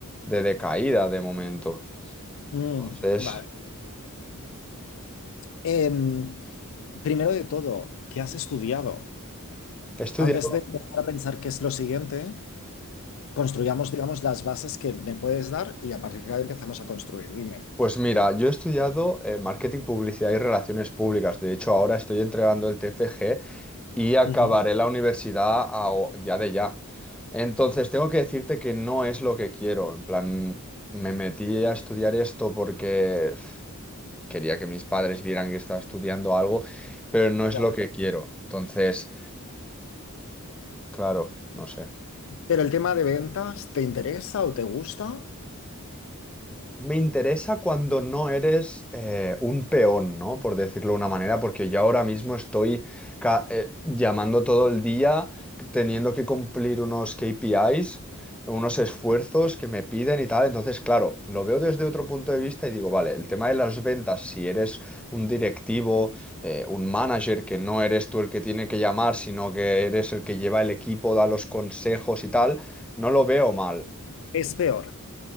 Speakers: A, in the centre; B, on the left (about 60°).
A: de decaída de momento.
B: Mm,
A: Entonces,
B: vale. Em, primero de todo, ¿qué has estudiado?
A: he estudiado
B: Antes de empezar a pensar qué es lo siguiente, construyamos, digamos, las bases que me puedes dar y a partir de ahí empezamos a construir. Dime.
A: Pues mira, yo he estudiado eh, marketing, publicidad y relaciones públicas. De hecho, ahora estoy entregando el TFG y acabaré
B: Ujú,
A: la universidad ao- ya de ya. Entonces, tengo que decirte que no es lo que quiero. En plan, me metí a estudiar esto porque pf, quería que mis padres vieran que estaba estudiando algo, pero no es
B: Ya.
A: lo que quiero. Entonces, claro, no sé.
B: Pero el tema de ventas, ¿te interesa o te gusta?
A: Me interesa cuando no eres eh, un peón, ¿no? Por decirlo de una manera, porque yo ahora mismo estoy ca- eh, llamando todo el día, teniendo que cumplir unos KPIs, unos esfuerzos que me piden y tal. Entonces, claro, lo veo desde otro punto de vista y digo, vale, el tema de las ventas, si eres un directivo, eh, un manager, que no eres tú el que tiene que llamar, sino que eres el que lleva el equipo, da los consejos y tal, no lo veo mal.
B: Es peor,